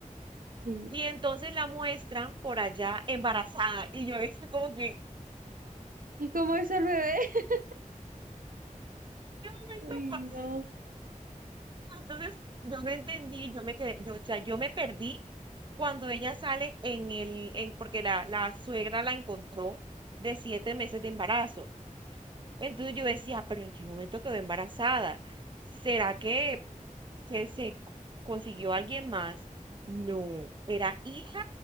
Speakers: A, on the right (about 85°); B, on the right (about 35°).
A: sí.
B: Y entonces la muestran por allá embarazada. Y yo decía como que,
A: ¿Y cómo es el bebé? <laughs>
B: ¿qué momento
A: Uy,
B: pasó?
A: no.
B: Entonces, yo no entendí, yo me quedé, yo, o sea, yo me perdí cuando ella sale en el, en, porque la, la suegra la encontró de siete meses de embarazo. Entonces yo decía, pero ¿en qué momento quedó embarazada? ¿Será que, que se co- consiguió alguien más? No, era hija,